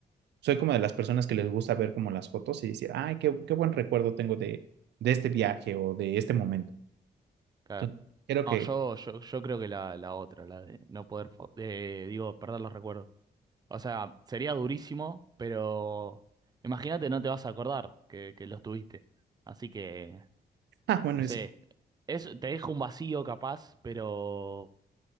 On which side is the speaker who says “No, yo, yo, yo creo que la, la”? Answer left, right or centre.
Right